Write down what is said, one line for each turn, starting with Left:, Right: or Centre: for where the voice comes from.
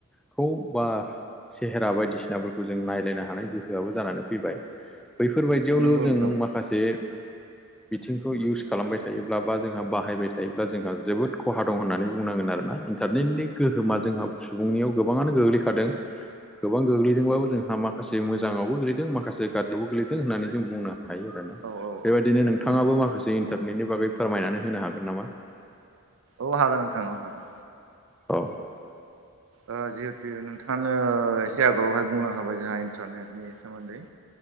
Centre: खौ बा सेहेरा बायदिसिनाफोरखौ जों नायलायनो हानाय गोहोआबो जानानै फैबाय। बैफोरबायदियावनो
Right: नंगौ
Centre: जों
Right: नोंथां
Centre: माखासे बिथिंखौ इउस खालामबाय थायोब्ला बा जोंहा बाहायबाय था थायोब्ला जोंहा जोबोद खहा दं होननानै बुंनांगोन आरोना इन्टारनेटनि गोहोमा जोंहा सुबुंनियाव गोबाङानो गोग्लैखादों गोबां गोग्लैदोंबाबो जोंहा माखासे मोजाङावबो गोलैदों माखासे गाज्रियावबो गोलैदों होननानै जों बुंनो हायो आरोना
Right: औ औ
Centre: बेबायदिनो
Right: औ
Centre: नोंथाङाबो माखासे इन्टारनेटनि बागै फोरमायनानै होनो हागोन नामा?
Right: औ हागोन नोंथां औ हागोन।
Centre: औ।
Right: ओ जिहेतु नोंथाङानो एसे आगोलावहाय बुंलांनो खाबाय जोंहा इन्टारनेटनि सोमोन्दै